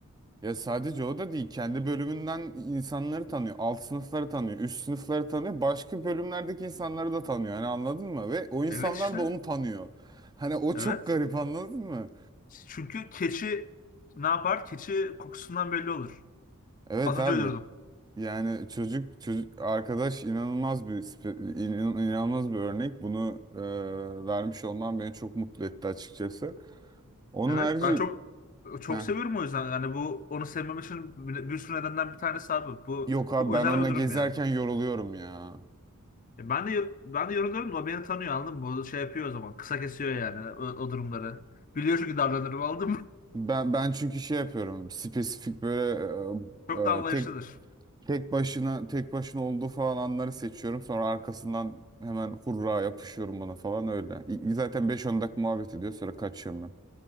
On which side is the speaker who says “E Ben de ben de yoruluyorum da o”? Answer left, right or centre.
Left